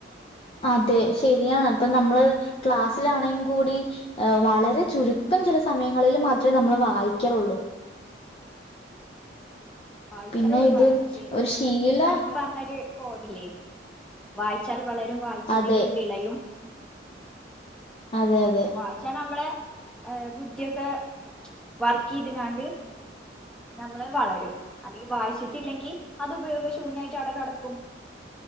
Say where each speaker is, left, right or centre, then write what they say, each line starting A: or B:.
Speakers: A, on the left; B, in the centre.
A: അതെ ശരിയാണ് അപ്പം നമ്മള് ക്ലാസ്സിലാണെങ്കി കൂടി വളരെ ചുരുക്കം ചില സമയങ്ങളിൽ. മാത്രേ നമ്മള് വായിക്കറുള്ളു.
B: <inaudible> വായിച്ചാലുള്ളു
A: പിന്നെ ഇത്
B: <unintelligible> മറ്റേ
A: ഒരു ശീല
B: പി എൻ പണിക്കർ പർഞൊര് കോഡില്ലേ വായിച്ച വളരും വായിച്ചില്ലെങ്കിൽ
A: അതെ
B: വിളയും.
A: അതെ അതെ
B: വായിച്ചാ നമ്മളെ ബുദ്ധിയൊക്കെ വർക്ക്യ്ത് കാണ്ട്. നമ്മള് വളരും അല്ലെ വായിച്ചിട്ടില്ലെങ്കി അത് ഉപയോഗശൂന്യായിട്ട് അടെ കെടക്കു. <inaudible>